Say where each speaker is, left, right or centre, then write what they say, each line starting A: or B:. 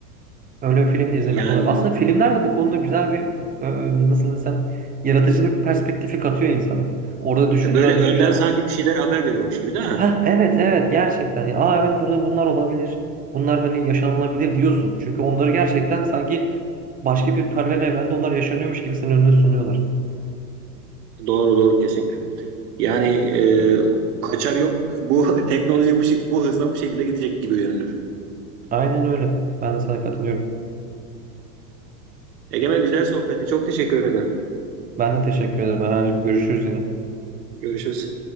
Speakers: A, on the right; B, on the right.
A: Öyle bir film de izlemiş
B: Aynen. Yani
A: olabilirim. Aslında
B: Evet.
A: filmler de bu konuda güzel bir e, e, nasıl desem yaratıcılık perspektifi katıyor insana. Orada düşünülen
B: e, böyle önden
A: düşünceler
B: sanki bir şeyler haber veriyormuş gibi değil mi?
A: Ha evet evet gerçekten. Ya, Aa evet burada bunlar olabilir. Bunlar hani yaşanılabilir diyorsun. Çünkü onları gerçekten sanki başka bir paralel evrende onlar yaşanıyormuş gibi senin önüne sunuyorlar.
B: Doğru doğru kesinlikle. Yani e, kaçar yok. Bu <laughs> teknoloji bu, şi- bu hızla bu şekilde gidecek gibi görünür.
A: Aynen öyle. Ben de sana katılıyorum.
B: Egemen güzel sohbetti. Çok teşekkür ederim.
A: Ben de teşekkür ederim. Erhan'cığım görüşürüz yine.
B: Görüşürüz.